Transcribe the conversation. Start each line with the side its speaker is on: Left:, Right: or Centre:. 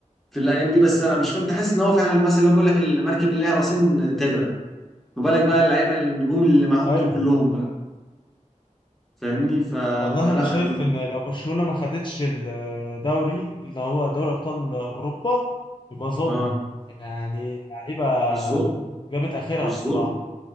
Centre: في الايام دي بس انا مش فاهم تحس ان هو فعلا المثل اللي هو بيقول لك المركب اللي لها راسين تغرق ما بالك بقى اللعيبه النجوم اللي معاهم
Left: ايوه
Centre: دول كلهم بقى فاهمني ف...
Left: والله
Centre: فلا
Left: انا شايف
Centre: انا م...
Left: ان لو برشلونة ما خدتش الدوري اللي هو دوري ابطال اوروبا يبقى ظلم
Centre: اه
Left: يعني اللعيبة
Centre: مش ظلم
Left: جابت اخرها
Centre: مش
Left: بصراحة
Centre: ظلم